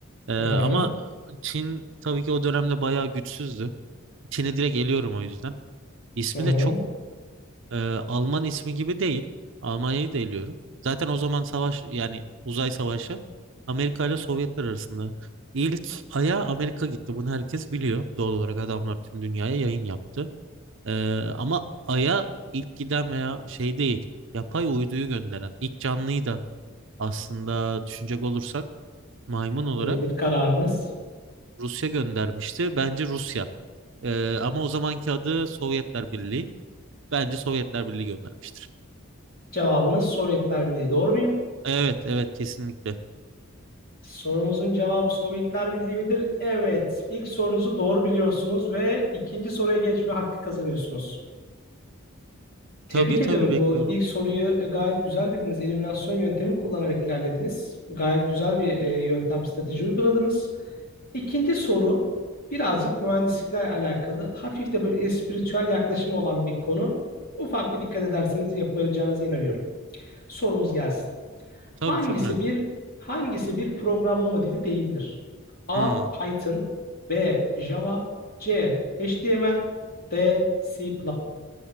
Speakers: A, on the right (about 60°); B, on the left (about 45°).
A: Ee, ama
B: Hı hı. Evet.
A: Çin tabii ki o dönemde bayağı güçsüzdü. Çin'i direkt eliyorum o yüzden. İsmi
B: Hı
A: de
B: hı.
A: çok e, Alman ismi gibi değil. Almanya'yı da eliyorum. Zaten o zaman savaş yani uzay savaşı Amerika ile Sovyetler arasında. İlk aya Amerika gitti. Bunu herkes biliyor. Doğal olarak adamlar tüm dünyaya yayın yaptı. Ee, ama Ay'a ilk giden veya şey değil, yapay uyduyu gönderen ilk canlıyı da aslında düşünecek olursak maymun olarak
B: Nedir kararınız?
A: Rusya göndermişti. Bence Rusya. Ee, ama o zamanki adı Sovyetler Birliği. Bence Sovyetler Birliği göndermiştir.
B: Cevabınız Sovyetler Birliği. Doğru muyum?
A: Evet, evet kesinlikle.
B: Sorumuzun cevabı Sovyetler Birliği midir? Evet. İlk sorunuzu doğru biliyorsunuz ve ikinci soruya geçme hakkı kazanıyorsunuz.
A: Tabii
B: Tebrik
A: tabii
B: ediyorum.
A: bekliyorum.
B: Bu ilk soruyu e, gayet güzel bildiniz. Eliminasyon yöntemi kullanarak ilerlediniz. Gayet güzel bir e, yöntem strateji uyguladınız. İkinci soru birazcık mühendislikle alakalı. Hafif de böyle espiritüel yaklaşımı olan bir konu. Ufak bir dikkat ederseniz yapacağınıza inanıyorum. Sorumuz gelsin.
A: Tabii
B: Hangisi
A: çok merak
B: bir
A: ettim.
B: hangisi bir programlama dili değildir? A.
A: Hmm,
B: Python B. Java C. HTML D. C++.